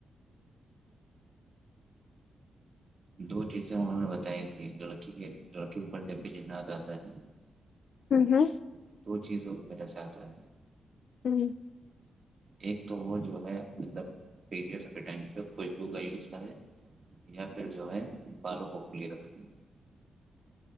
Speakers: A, on the right (about 40°); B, on the left (about 60°).
A: دو چیزیں انہوں نے بتائی تھی لڑکی کے لڑکی اوپر جب بھی جنات آتا ہے
B: ہوں ہوں
A: وہ دو چیزوں کی وجہ سے آتا ہے
B: ہوں
A: ایک تو وہ جو ہے مطلب پڈ ٹ پہ خوشبو کا یوز کرے یا پھر جو ہے بالوں کو کھلی رکھیں